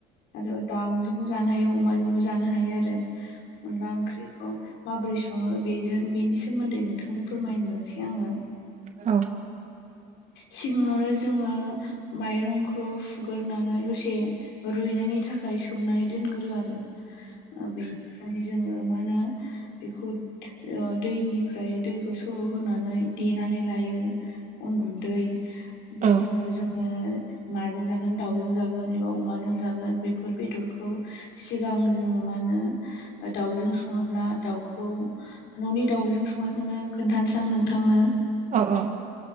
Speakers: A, on the left; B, on the right.
A: आरो दाउजोंबो जानो हायो अमाजोंबो जानो हायो आरो अनला ओंख्रिखौ। माबोरै सङो बेजों बेनि सोमोन्दै नोंथांनो फोरमायनोसै आंङो।
B: औ।
A: सिगाङावनो जोङो माइरंखौ सुग्रोनानै दसे। रुइनायनि थाखाय सोमनानै दोनग्रो आरो बे फ्राय जोङो मा होनो बीखौ ओ दैनिफ्राय दैखौ सर' होनानै देनानै लायो उन गुन्दै बेनि
B: औ
A: उनाव जोङो माजों जागोन दाउजों जागोन एबा अमाजों जागोन बेफोर बेदरखौ सिगां जोङो मा होनो दाउजों सङोब्ला दाउखौ न'नि दाउजों संनायखौनो खोन्थानसां नोंथांनो
B: औ औ